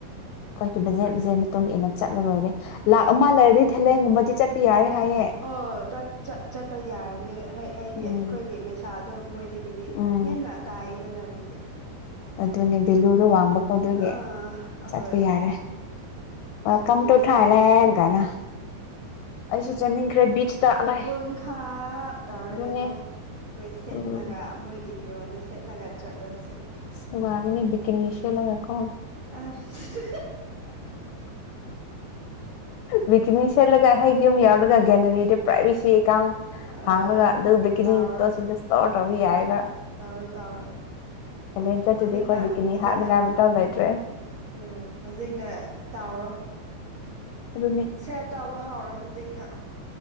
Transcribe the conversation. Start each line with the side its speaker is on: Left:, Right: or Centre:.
Left: ꯑꯩꯈꯣꯏ ꯀ ꯕꯖꯦ
Right: ꯍꯣꯏ
Left: ꯕꯁꯦ ꯃꯇꯨꯡ ꯏꯟꯅ ꯆꯠꯂ ꯂꯣꯏꯔꯦ ꯂꯥꯛ ꯑꯃ ꯂꯩꯔꯗꯤ ꯊꯦꯂꯦꯟꯒꯨꯝꯕꯗꯤ ꯆꯠꯄꯤ ꯌꯥꯔꯦ ꯍꯥꯏꯌꯦꯦ
Right: ꯑꯣ ꯆꯠꯄ ꯌꯥꯔꯅꯤ ꯍꯥꯏꯗꯤ
Left: ꯎꯝ
Right: ꯑꯩꯈꯣꯏꯒꯤ ꯄꯩꯁꯥ ꯑꯗꯨꯝ ꯃꯣꯏꯗꯒꯤꯗꯤ
Left: ꯎꯝ
Right: ꯍꯦꯟꯅ ꯇꯥꯏꯌꯦꯗꯅ ꯑꯗꯨꯒꯤ
Left: ꯑꯗꯨꯅꯦ ꯚꯦꯂꯨꯗꯣ ꯋꯥꯡꯕꯀꯣ ꯑꯗꯨꯣꯏꯒꯤ
Right: ꯑꯥ ꯑꯍꯣꯏ
Left: ꯆꯠꯄ ꯌꯥꯔꯦ ꯦꯜꯀꯝ
Right: ꯑꯗꯨꯒꯤ
Left: ꯇꯨ
Right: ꯆꯠꯅꯤꯡꯈ꯭ꯔꯦ
Left: ꯊꯥꯂꯑꯒꯅ ꯑꯩꯁꯨ ꯆꯠꯅꯤꯡꯈ꯭ꯔꯦ ꯕꯤꯆꯇ ꯑꯂꯥꯏ
Right: ꯀꯄꯨꯟ ꯈꯥꯞ ꯇꯧꯔꯒꯀꯣ
Left: ꯑꯗꯨꯅꯦ
Right: ꯑꯩꯈꯣꯏ ꯁꯦꯠꯂꯒ
Left: ꯎꯝ
Right: ꯃꯣꯏꯒꯤ ꯐꯤꯔꯣꯜꯗꯨ ꯁꯦꯠꯂꯒ ꯆꯠꯂꯁꯦ
Left: ꯁꯉꯒꯅꯤ ꯕꯤꯒꯅꯦꯁꯤꯌꯥ ꯂꯒ ꯀꯣ
Right: ꯑꯁ
Left: ꯕꯤꯤꯛꯅꯤ ꯆꯠꯂꯒ ꯍꯦꯛ ꯌꯨꯝ ꯌꯥꯎꯔꯒ ꯒꯦꯂꯔꯤꯗ ꯄ꯭ꯔꯥꯏꯚꯦꯁꯤꯀꯥꯎ
Right: ꯑ
Left: ꯍꯥꯡꯂꯒ ꯑꯗꯨ ꯕꯤꯀꯤꯅꯤ
Right: ꯇꯥꯎꯔꯣ
Left: ꯇꯣꯁꯤꯡꯗ ꯇꯧꯔ ꯇꯧꯧꯕ ꯌꯥꯏꯒ
Right: ꯇꯥꯎꯔꯣ ꯇꯥꯎꯔꯣ
Left: ꯀꯥꯂꯦꯟ ꯆꯠꯇ꯭ꯔꯗꯤ
Right: ꯍꯧꯖꯤꯛꯅ
Left: ꯈꯣꯠꯕꯤꯀꯤꯅꯤ
Right: ꯍꯧꯖꯤꯛꯅ
Left: ꯍꯥꯠꯅꯤꯡꯉꯥꯏ
Right: ꯕꯤꯠ
Left: ꯑꯃꯇꯧ ꯂꯩꯇ꯭ꯔꯦ
Right: ꯎꯝ ꯍꯧꯖꯤꯛꯅ ꯇꯥꯎꯔꯣ
Left: ꯑꯗꯨꯅꯦ
Right: ꯁꯦꯞ ꯇꯥꯕ ꯍꯥꯎꯔꯣ ꯍꯩꯖꯤꯡꯒ